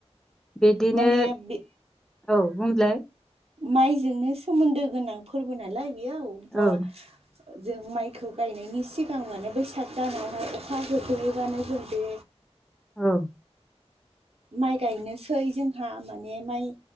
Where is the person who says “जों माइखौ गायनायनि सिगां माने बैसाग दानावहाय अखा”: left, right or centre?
Right